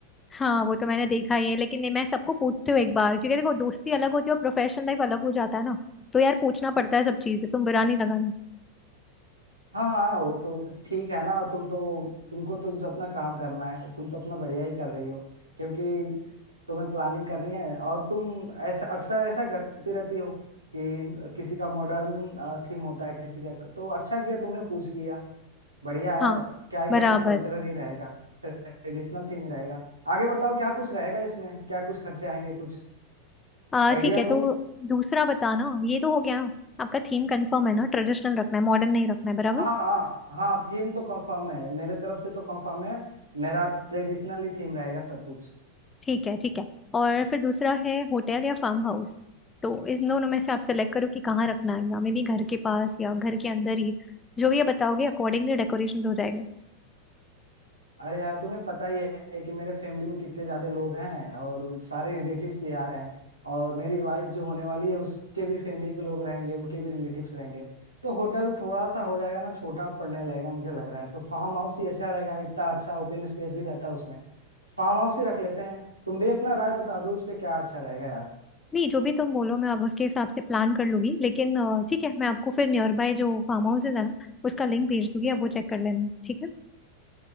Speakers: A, on the left; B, on the right.
A: हाँ वो तो मैंने देखा ही है लेकिन ये मैं सबको पूछती हूँ एक बार क्योंकि देखो दोस्ती अलग होती है और प्रोफेशनल लाइफ अलग हो जाता है ना तो यार पूछना पड़ता है सब चीजें तुम बुरा नहीं लगाना
B: हाँ हाँ वो तो तो ठीक है ना तुम तो तुमको तो जो अपना काम करना है तुम तो अपना बढ़िया ही कर रही हो क्योंकि तुम्हें प्लानिंग करनी है और तुम ऐसा अक्सर ऐसा करती रहती हो कि किसी का मॉडर्न थीम होता है किसी का तो अच्छा किया तुमने पूछ लिया बढ़िया
A: हाँ
B: है क्या है कि
A: बराबर
B: अपना कल्चरल ही रहेगा ट्रेडिशनल थीम ही रहेगा आगे बताओ क्या कुछ रहेगा इसमें क्या कुछ खर्चे आएंगे कुछ
A: आ
B: आइडिया
A: ठीक है तो
B: दो
A: दूसरा बताना ये तो हो गया ना आपका थीम कंफर्म है ना ट्रेडिशनल रखना है मॉडर्न नहीं रखना है बराबर
B: हाँ हाँ हाँ थीम तो कंफर्म है मेरे तरफ से तो कंफर्म है मेरा ट्रेडिशनल ही थीम रहेगा सब कुछ
A: ठीक है ठीक है और फिर दूसरा है होटल या फार्म हाउस तो इस दोनों में से आप सेलेक्ट करो कि कहाँ रखना है या मे बी घर के पास या घर के अंदर ही जो भी ये बताओगे अकॉर्डिंगली डेकोरेशन हो जाएगा
B: अरे यार तुम्हें पता ही है कि मेरे फैमिली में कितने ज्यादा लोग हैं और सारे रिलेटिव्स ही आ रहे हैं और मेरी वाइफ जो होने वाली है उसके भी फैमिली के लोग रहेंगे उनके भी रिलेटिव्स रहेंगे तो होटल थोड़ा सा हो जाएगा ना छोटा पड़ने लगेगा मुझे लग रहा है तो फार्म हाउस ही अच्छा रहेगा इतना अच्छा ओपन स्पेस भी रहता है उसमें तो फार्म हाउस ही रख लेते हैं तुम भी अपना राय बता दो इस पे क्या अच्छा रहेगा यार
A: नहीं जो भी तुम बोलो मैं अब उसके हिसाब से प्लान कर लूंगी लेकिन अ, ठीक है मैं आपको फिर नियर बाय जो फार्म हाउस है ना उसका लिंक भेज दूंगी आप वो चेक कर लेना ठीक है